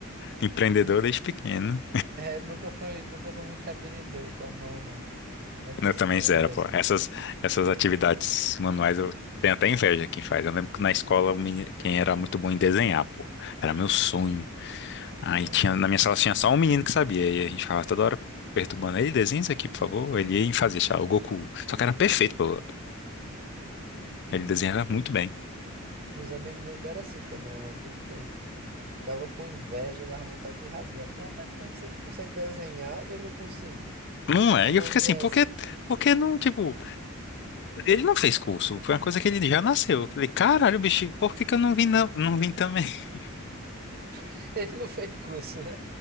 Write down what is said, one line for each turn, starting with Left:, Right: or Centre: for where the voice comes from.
Left: empreendedor
Right: Nu-
Left: desde pequeno.
Right: é, nunca foi, nunca foi muito habilidoso com a mão, não. Mas conseguia
Left: Eu também
Right: vender.
Left: zero, pô. Essas, essas atividades manuais eu tenho até inveja quem faz. Eu lembro que na escola o meni- quem era muito bom em desenhar, pô. Era meu sonho. Aí
Right: Uhum,
Left: tinha, na minha sala tinha só um menino que sabia. E a gente ficava toda hora perturbando ele, desenha isso aqui, por favor. Ele ia e fazia, sei lá, o Goku. Só que era perfeito, pô.
Right: uhum.
Left: Ele desenhava muito bem.
Right: E os amigos meus que eram assim também, eu lembro muito bem. Tava com inveja, dava vontade de rasgar. Falei, rapaz, como é que você consegue desenhar e eu não consigo?
Left: Não é,
Right: Que magia
Left: e eu fico assim,
Right: é
Left: por
Right: essa?
Left: que, por que não, tipo, ele não fez curso, foi uma coisa que ele já nasceu. Eu falei, caralho, bicho, por que que eu não vim, não, não vim também? <laughs>
Right: <laughs> Ele não fez curso, né?